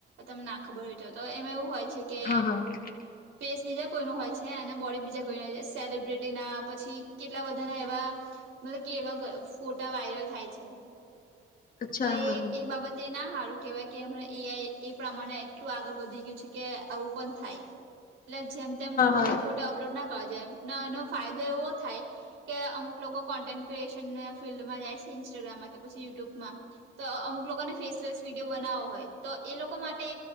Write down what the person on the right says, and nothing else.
તમને ના ખબર હોય તો એમાં એવું હોય છે. કેમ.
ફેસ બીજા કોઈું હોય છે અને બોડી બીજા કોઈ હોય છે સેલિબ્રિટી ના પછી કેટલા બધાના એવા મતલબ કે એવા ફોટા વાયરલ થાય છે.
તો એ
એક બાબત. તે ના હારું કેહેવાય કે એમ એ આ એ પ્રમાણે એટલું આગળ વધી ગયું છે કે આવું પણ થાય. એટલે જેમ તેમ બધા
ફોટો અપલોડ ના કરવા જાય એનો ફાયદો એવો થાય. કે અમુક લોકો કોન્ટેન્ટ ક્રિએશન ફિલ્ડમાં જાય છે ઇન્સ્ટાગ્રામમાં કે પછી યુટ્યુબમાં. તો અમુક લોકોને ફેસલેસ વિડીયો બનાવો હોય તો એ લોકો માટે